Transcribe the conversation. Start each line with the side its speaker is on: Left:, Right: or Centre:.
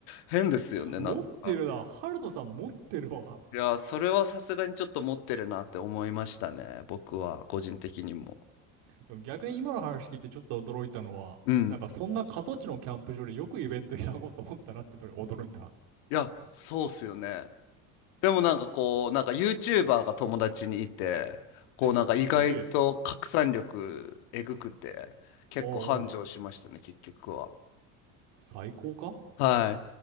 Left: 変ですよね、
Right: 持ってるな。
Left: なんか。
Right: ハルトさん持ってるわ。
Left: いや、それはさすがにちょっと持ってるなって思いましたね。僕は、個人的にも。
Right: でも逆に今の話聞いてちょっと驚いたのは、
Left: うん。
Right: なんかそんな過疎地のキャンプ場でよくイベント開こうと思ったなってのに驚いた。
Left: いや、そうっすよね。でもなんかこう、なんか YouTuber が友達にいて、こうなんか意外と拡散力えぐくて、
Right: え、すげえ。
Left: 結構繁盛しましたね、
Right: おうおう、
Left: 結局は。
Right: 最高か
Left: はい。